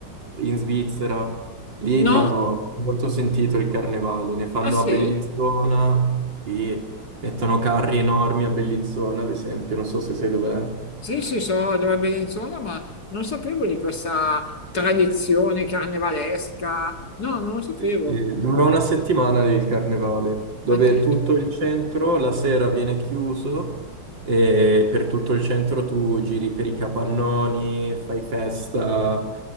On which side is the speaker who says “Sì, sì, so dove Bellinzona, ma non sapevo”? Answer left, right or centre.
Left